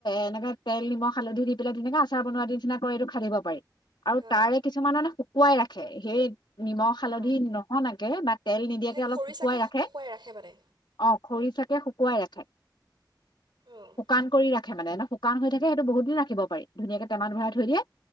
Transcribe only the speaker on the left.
এনেকে তেল নিমখ হালধি দি পেলাই তেনেকে আচাৰ বনোৱাৰ নিচিনা কৰি এইটো খানিব পাৰি। আৰু
তাৰে কিছুমাননে শুকুৱাই ৰাখে। সেই নিমখ হালধি
নহ নকে বা তেল নিদিয়াকে
অলপ
শুকুৱাই ৰাখে
অ খৰি চাক তেয়া শুকুৱাই ৰাখে।
শুকান কৰি ৰাখ খে মানে এনে শুকান হৈ থাকে, সেইটো বহুত দিন ৰাখিব পাৰি। ধুনীয়াকে টেমাত ভৰাই থৈ দিয়ে,